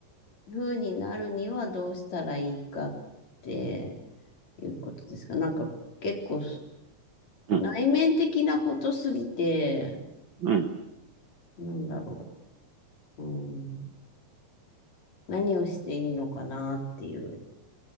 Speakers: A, on the left; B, on the right.
A: 風になるにはどうしたらいいかっていうことですかなんか結構す
B: うん、
A: 内面的なことすぎて、
B: うん。
A: なんだろう。うん、何をしていいのかなっていう